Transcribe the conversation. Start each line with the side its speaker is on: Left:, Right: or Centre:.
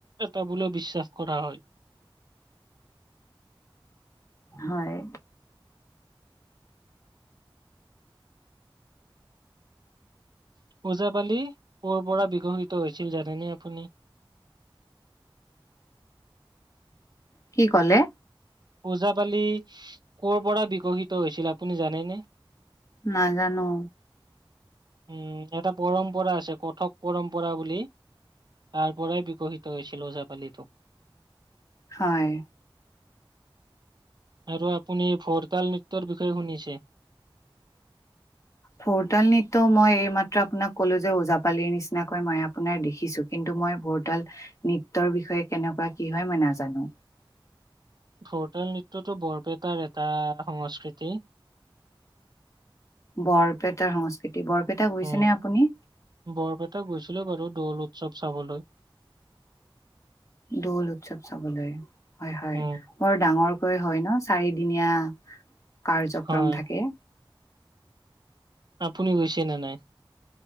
Right: এটা বোলে বিশ্বাস কৰা হয়।
Left: হয়
Right: ওজাপালি, কৰ পৰা বিকশিত হৈছিল জানেনে আপুনি?
Left: কি ক'লে?
Right: ওজাপালি, কৰ পৰা বিকশিত হৈছিল আপুনি জানেনে?
Left: নাজানো।
Right: উম্ এটা পৰম্পৰা আছে কথক পৰম্পৰা বুলি তাৰ পৰাই বিকশিত হৈছিল ওজাপালিতো।
Left: হয়
Right: আৰু আপুনি ভৰতাল নৃত্যৰ বিষয়ে শুনিছে?
Left: ফুৰতাল নৃত্য মই এই মাত্ৰ আপোনাক কলো যে ওজাপালিৰ নিচিনাকৈ মই আপোনাৰ দেখিছো। কিন্তু মই ভোৰতাল নৃত্যৰ বিষয়ে কেনেকুৱা কি হয় মই নাজানো।
Right: ভৰতাল নৃত্যটো বৰপেটাৰ এটা সংস্কৃতি।
Left: বৰপেটাৰ সংস্কৃতি, বৰপেটা গৈছেনে
Right: উম,
Left: আপুনি?
Right: বৰপেটা গৈছিলো বাৰু দৌল উৎসৱ চাবলৈ।
Left: দৌল উৎসৱ চাবলৈ, হয় হয়।
Right: উম,
Left: বৰ ডাঙৰকৈ হয় ন? চাৰিদিনীয়া কাৰ্যক্ৰম
Right: হয়।
Left: থাকে।
Right: আপুনি গৈছে নে নাই?